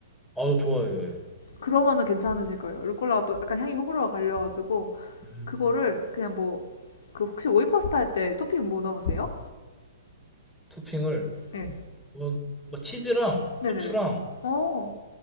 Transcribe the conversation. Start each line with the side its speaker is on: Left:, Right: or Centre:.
Centre: 아, 저 좋아해요. 예.
Left: 그러면은 괜찮으실 거예요. 루꼴라가 또 약간 향이 호불호가 갈려가지고
Centre: 음.
Left: 그거를 그냥 뭐 그 혹시 오이 파스타 할 때 토핑 뭐 넣으세요?
Centre: 토핑을
Left: 예.
Centre: 뭐, 뭐 치즈랑
Left: 네네네.
Centre: 후추랑
Left: 어,